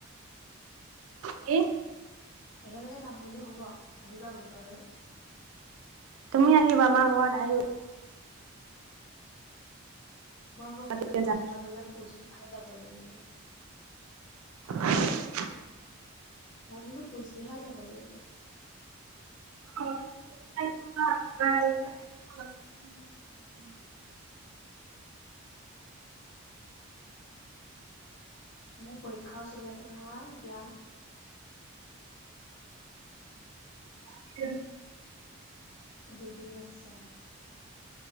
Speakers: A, on the right; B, on the left.
A: কি?
B: একেলগে যাম বোলো হ'ব আহিবা বোলো আৰু
A: মি আহিবা আমাৰ ঘৰত আহিবলৈ
B: তোমালোকৰ ঘৰলে
A: তেতিয়া
B: মই
A: যাম।
B: এতিয়া যাবলৈ কোচবিহাৰ, যাব লাগিব,
A: <unintelligible>
B: মই বোলো, কোচবিহাৰ যাব লাগিব,
A: অ' <unintelligible>
B: মোৰ পৰীক্ষাও চলি আছে নহয় এতিয়া।
A: এতিয়া।
B: দুুদিন আছে আও।